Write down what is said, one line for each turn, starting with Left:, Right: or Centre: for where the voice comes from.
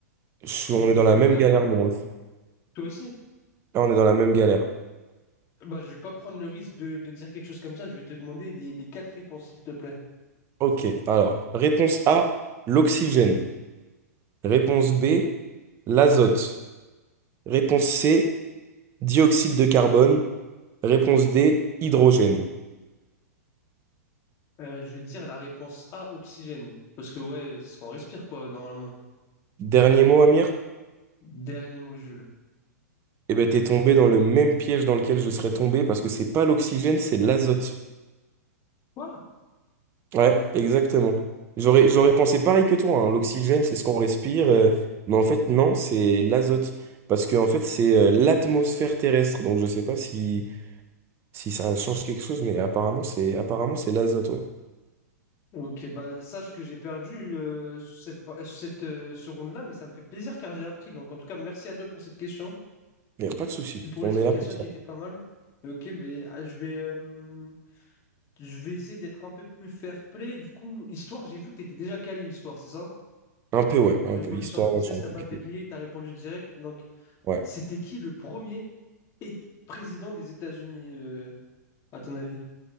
Right: Je suis-
Left: Donc,
Right: on est dans
Left: je
Right: la
Left: vais
Right: même
Left: vraiment.
Right: galère, mon ref.
Left: Toi aussi?
Right: Ah, On est dans la même galère.
Left: Bah, je vais pas prendre le risque de, de dire quelque chose comme ça. Je vais te demander les, les quatre réponses, s'il te plaît.
Right: Ok, alors, réponse A, l'oxygène. Réponse B, l'azote. Réponse C, dioxyde de carbone. Réponse D, hydrogène.
Left: Euh, je vais dire la réponse A, oxygène. Parce que, ouais, c'est ce qu'on respire, quoi, normalement.
Right: Dernier mot, Amir?
Left: Dernier mot, Jules.
Right: Eh ben, t'es tombé dans le même piège dans lequel je serais tombé parce que c'est pas l'oxygène, c'est l'azote.
Left: Quoi?
Right: Ouais, exactement. J'aurais, j'aurais pensé pareil que toi, hein. L'oxygène, c'est ce qu'on respire, euh, mais en fait, non, c'est l'azote. Parce que, en fait, c'est euh, l'atmosphère terrestre. Donc, je sais pas si Si ça change quelque chose, mais apparemment, c'est apparemment c'est l'azote, ouais.
Left: Ok, bah sache que j'ai perdu euh, cette, pa- cette, euh, ce round-là, mais ça me fait plaisir car j'ai appris. Donc en tout cas, merci à toi pour cette question
Right: Il n'y a pas de souci.
Left: et pour
Right: On
Left: l'explication
Right: est là pour ça.
Left: qui était pas mal. Ok, mais ah, je vais, euh, je vais essayer d'être un peu plus fair-play. Du coup, histoire, j'ai vu que tu étais déjà calé histoire, c'est ça?
Right: Un peu, ouais. Un
Left: Révolution
Right: peu. Histoire,
Left: française,
Right: ouais, je suis un
Left: t'as
Right: peu
Left: pas
Right: culé.
Left: bégayé, t'as répondu direct. Donc
Right: Ouais.
Left: c'était qui le premier é- président des États-Unis, euh, à ton avis?